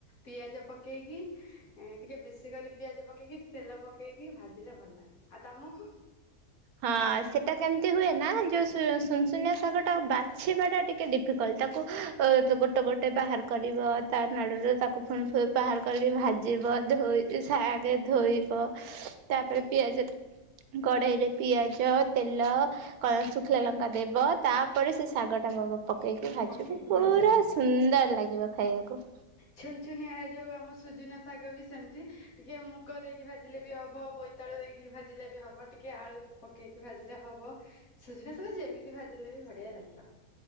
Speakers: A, on the left; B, on the right.
A: ପିଆଜ ପକେଇକି ଟିକେ ବେଶୀ କରି ପିଆଜ ପକେଇକି ଟିକେ ତେଲ ପକେଇକି ଭାଜିଲେ ଭଲ ଲାଗେ ଆଉ ତମକୁ
B: ହଁ ସେଟା କେମିତି ହୁଏ ନା ଯୋଉ ସୁ ସୁନୁ ସୁନିଆ ଶାଗ ଟା ବାଛିବା ଟା ଟିକେଡି ଫିକଲ୍ଟ ତାକୁ ଗୋଟେ ଗୋଟେ ବାହାର କରିବ ତା ନାଡ଼ରୁ ତାକୁ ପୁଣି ବାହାର କରିକି ଭାଜିବ ଧୋଇ ସାଗେ ଧୋଇବ ତାପରେ ପିଆଜ କଡ଼େଇରେ ପିଆଜ ତେଲ କ ଶୁଖିଲା ଲଙ୍କା ଦେବ ତାପରେ ସେ ଶାଗ ଟା ବଗ ପକେଇକି ଭାଜିବୁ
A: ପକେଇକି
B: ପୁରା
A: ଭାଜ
B: ସୁନ୍ଦର ଲାଗିବ ଖାଇବାକୁ
A: ଛୁନ ଛୁନିଆ ଯୋଉ ଆମ ସୁଜୁନା ଶାଗ ବି ସେମିତି ଟିକେ ମୁଗ ଦେଇକି ଭାଜିଲେ ବି ହବବ ତାଳୁ ଦେଇକି ଭାଜିଲେ ବି ହବ ଟିକେ ଆଳୁ ପକେଇକି ଭାଜିଲେ ହବ ସୁଜିନା ଶାଗ ଯେମିତି ଭାଜିଲେ ବି ବଢିଆ ଲାଗିବ